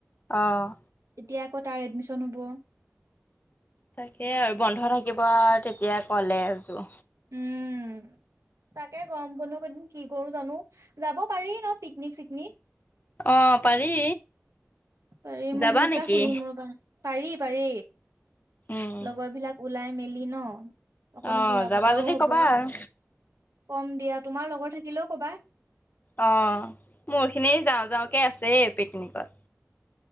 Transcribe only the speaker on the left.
অহঁ
তাকে আৰু বন্ধ থাকিব তেতিয়া ক'লে এযোৰ
আহ পাৰি
যাবা
নেকি?
উম,
অ',
যাবা
যদি
ক'বা আৰু
অ মোৰ খিনি যাওঁ যাওঁকে আছে পিকনিকত